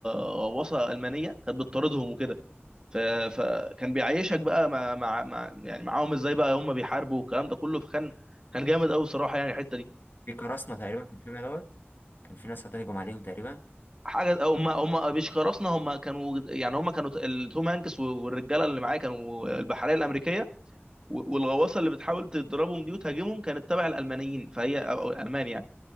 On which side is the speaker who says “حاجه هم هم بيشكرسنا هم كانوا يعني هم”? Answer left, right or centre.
Right